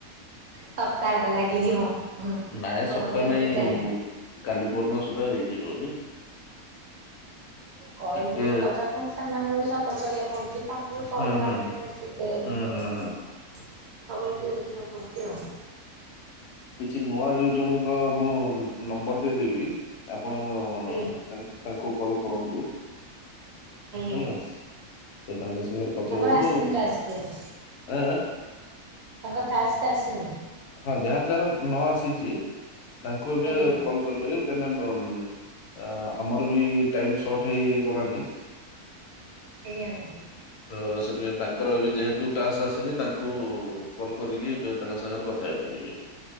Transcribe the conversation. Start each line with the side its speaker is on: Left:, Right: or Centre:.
Right: ସପ୍ତାହଟା ଲାଗିଯିବ। ମୋ
Left: ନାଇଁ ସପ୍ତାହ
Right: ପାଖରେ ଏତେ
Left: ନାଇଁ
Right: ଟାଇମ୍।
Left: କାଲି ପହରଦିନ ସୁଦ୍ଧା ହେଇଯିବ ଯେ।
Right: ଇଏ କଲ
Left: ଟିକେ
Right: ବେଳେ କଥା ପୁଣି ସେମାନଙ୍କୁ ବି ସପୋର୍ଟ କରିବାକୁ ପଡୁଚି ତ ମୁଁ କଲା
Left: ହୁଁ ହୁଁ
Right: ମାନେ
Left: ହୁଁ
Right: ରିସିଭ୍ କରିବାକୁ
Left: ହୁଁ
Right: ହିଁ ପଡ଼ୁଚି
Left: ହୁଁ ହୁଁ।
Right: ତ ସବୁ ଆଡେ ଟିକେ ଦେଖିବାକୁ ପଡ଼ୁଚି ଆଉ।
Left: କିଛି ନୂଆ ୟୁଜରଙ୍କ ମୁଁ ନମ୍ବର ଦେଇଦେବି ଆପଣ
Right: ଆଜ୍ଞା
Left: ତାନ୍ ତାଙ୍କୁ କଲ କରନ୍ତୁ
Right: ଆଜ୍ଞା
Left: ହେଲା।
Right: ଆଜ୍ଞା
Left: ତ ତାଙ୍କ ସାଙ୍ଗରେ କଥା
Right: ତାଙ୍କର
Left: ହୁଅନ୍ତୁ
Right: ଆସିନି ଟାସ୍କ ବୋଧେ।
Left: ଆଁ?
Right: ତାଙ୍କ ଟାସ୍କ ଆସିନି?
Left: ହଁ ଯାହାର ଯାହାର ନ ଆସିଚି ତାଙ୍କୁ ଏବେ
Right: ଆଜ୍ଞା
Left: କଲ୍ କରିପାରିବେ। ଆମର ବି ଟାଇମ ସର୍ଟ ହେଇଗଲାଣି
Right: ଆଜ୍ଞା ଆଜ୍ଞା।
Left: ତ ସେଥିପାଇଁ ତାଙ୍କର ଏବେ ଯେହେତୁ ଟାସ୍କ ଆସିନି ତାଙ୍କୁ କଲ କରିକି ଏବେ ତାଙ୍କ ସାଙ୍ଗରେ କଥା ହେଇପାରିବେ।